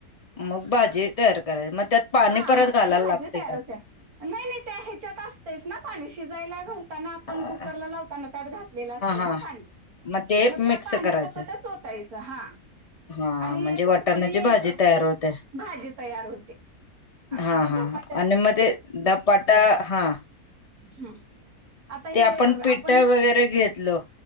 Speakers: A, on the left (about 45°); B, on the right (about 85°).
A: मग भाजी तयार करायची मग. त्यात पाणी
B: हा
A: परत
B: मग
A: घालायला
B: ती भाजी
A: लागते
B: तयार
A: का
B: होते नाही नाही त्या ह्याच्यात असतेच ना पाणी शिजायला घाल. ताना आपण
A: हा
B: कुकरला लावताना त्यात घातलेलं असते ना
A: हा
B: पाणी.
A: ते
B: मग त्या
A: मिक्स
B: पाण्यासकतच
A: करायचं
B: होतायच हा.
A: हा
B: आणि
A: म्हणजे
B: एक
A: वाटाण्याची
B: उकळीत
A: भाजी तयार होते
B: भाजी तयार होते. हां
A: हा
B: आता
A: हा
B: धपाट्याच
A: ह आणि मध्ये दपाटा हा
B: ह आता हे
A: ते पिठ
B: आपण
A: वगैरे घेतलो